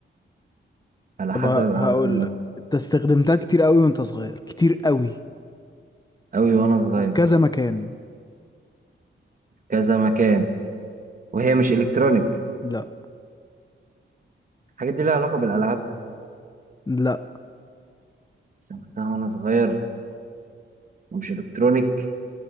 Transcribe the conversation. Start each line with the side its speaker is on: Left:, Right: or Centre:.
Right: على
Left: طب
Right: حسب
Left: ه-
Right: أنا
Left: هقول
Right: بس
Left: لك انت استخدمتها كتير قوي وانت صغير كتير قوي
Right: أوي وأنا صغير
Left: وفي كذا مكان
Right: كذا مكان وهي مش إلكترونيك
Left: لا
Right: الحاجة دي ليها علاقة بالألعاب
Left: لا
Right: استعملتها وأنا صغير ومش إلكترونيك